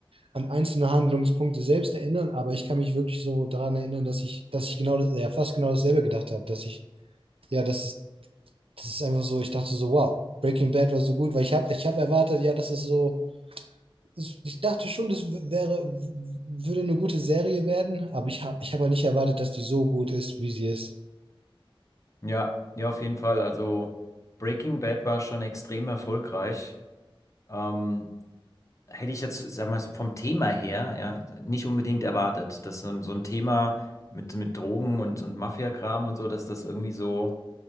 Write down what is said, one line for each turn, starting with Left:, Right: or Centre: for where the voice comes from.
Right: an einzelne Handlungspunkte selbst erinnern, aber ich kann mich wirklich so daran erinnern, dass ich, dass ich genau das, ja, fast genau dasselbe gedacht habe, dass ich, ja, das ist, das ist einfach so, ich dachte so, wow, Breaking Bad war so gut, weil ich habe, ich habe erwartet, ja, dass es so, es- ich dachte schon, das w- wäre, w- würde eine gute Serie werden, aber ich habe, ich habe halt nicht erwartet, dass die so gut ist, wie sie ist.
Left: Ja, ja, auf jeden Fall. Also Breaking Bad war schon extrem erfolgreich. Ähm, hätte ich jetzt, sag mal, so vom Thema her, ja, nicht unbedingt erwartet, dass so ein, so ein Thema mit, mit Drogen und, und Mafia-Kram und so, dass das irgendwie so